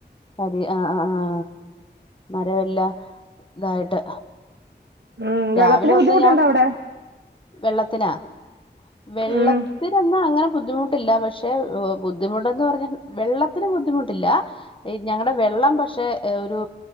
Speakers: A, on the left (about 30°); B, on the right (about 75°).
A: കരി ആ ആ ആ മരവെല്ലാം ഇതായിട്ട്
B: ഉം വെള്ളത്തിന്
A: രാവിലെ
B: ബുദ്ധിമുട്ടുണ്ടോ
A: ഒന്ന് ഞാൻ
B: അവിടെ
A: വെള്ളത്തിനാ വെള്ളത്തിന്
B: ഉം
A: എന്നാ അങ്ങനെ ബുദ്ധിമുട്ടില്ല പക്ഷേ ബുദ്ധിമുട്ടന്ന് പറഞ്ഞ വെള്ളത്തിന് ബുദ്ധിമുട്ടില്ല ഈ ഞങ്ങളുടെ വെള്ളം പക്ഷെ ഒരു